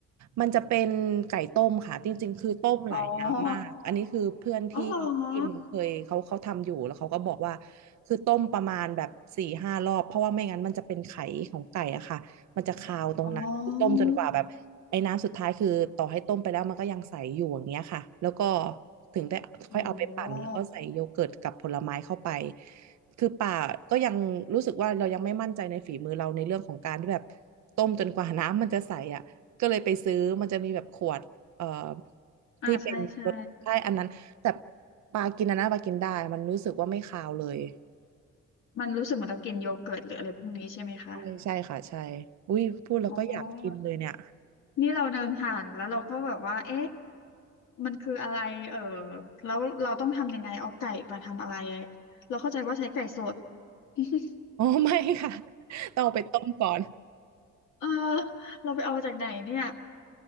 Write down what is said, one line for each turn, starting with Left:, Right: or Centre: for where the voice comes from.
Right: มันจะเป็นไก่ต้มค่ะจริงๆคือต้มหลายน้ำมากอันนี้คือเพื่อนที่ที่มึงเคยเขาเขาทำอยู่แล้วเขาก็บอกว่า
Left: อ๋ออ๋อเหรอ
Right: คือต้มประมาณแบบสี่ห้ารอบเพราะว่าไม่งั้นมันจะเป็นไข่ของไก่อะค่ะมันจะคาวตรงนั้นคือต้มจนกว่าแบบไอ้น้ำสุดท้ายคือต่อให้ต้มไปแล้วมันก็ยังใสอยู่อย่างเงี้ยค่ะแล้วก็
Left: อ๋อ
Right: ถึงได้ค่อยเอาไปปั่นแล้วก็ใส่โยเกิร์ตกับผลไม้เข้าไป
Left: โอ้
Right: คือป่าก็ยังรู้สึกว่าเรายังไม่มั่นใจในฝีมือเราในเรื่องของการที่แบบต้มจนกว่าน้ำมันจะใสอ่ะ ก็เลยไปซื้อมันจะมีแบบขวดเอ่อ
Left: อ่าใช่ใช่
Right: ที่เป็นรสใช่อันนั้นแต่ปลากินอันนนปลากินได้มันรู้สึกว่าไม่คาวเลย
Left: มันรู้สึกเหมือนเรากินโยเกิร์ตหรืออะไรพวกนี้ใช่ไหมคะ
Right: ใช่ใช่ค่ะใช่อุ้ยพูดแล้วก็อยากกินเลยเนี่ย
Left: อ๋อนี่เราเดินผ่านแล้วเราก็แบบว่าเอ๊ะมันคืออะไรเออแล้วเราต้องทำยังไงเอาไก่มาทำอะไรเราเข้าใจว่าใช้ไก่สด <laughs>
Right: อ๋อไม่ค่ะ <laughs> ต้องเอาไปต้มก่อน
Left: เออเราไปเอามาจากไหนเนี่ย